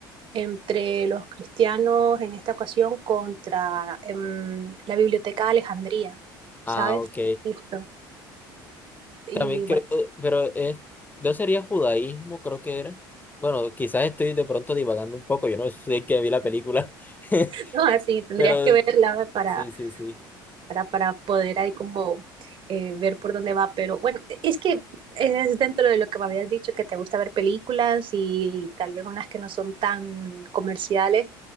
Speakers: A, on the right; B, on the left.
A: entre los cristianos en esta ocasión contra em, la Biblioteca de Alejandría, ¿sabes?
B: Ah, ok.
A: Egipto. Y
B: También creo,
A: bueno,
B: eh, pero es, no sería judaísmo, creo que era. Bueno, quizás estoy de pronto divagando un poco, yo no sé que vi la película, <laughs>
A: <laughs> no, así tendrías
B: pero
A: que verla para,
B: sí, sí, sí.
A: para, para poder ahí como eh, ver por dónde va, pero bueno, es que es dentro de lo que me habías dicho, que te gusta ver películas y tal vez unas que no son tan comerciales,